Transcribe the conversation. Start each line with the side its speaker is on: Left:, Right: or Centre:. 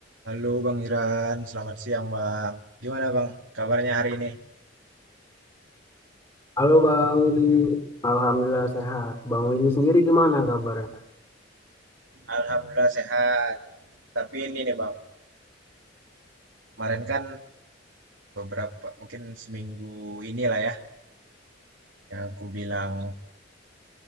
Right: Halo Bang Iran, selamat siang Bang. Gimana Bang kabarnya hari ini?
Left: Halo Bang Willy, Alhamdulillah sehat. Bang Willy sendiri gimana kabarnya?
Right: Alhamdulillah sehat. Tapi ini nih Bang, kemarin kan beberapa, mungkin seminggu inilah ya, yang aku bilang